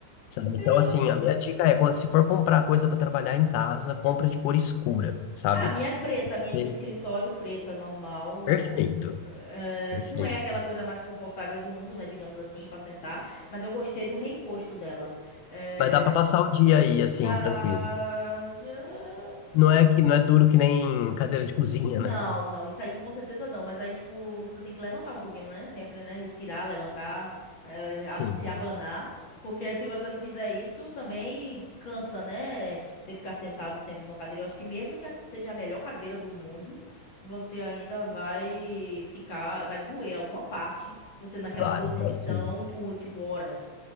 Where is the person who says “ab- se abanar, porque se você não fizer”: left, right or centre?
Left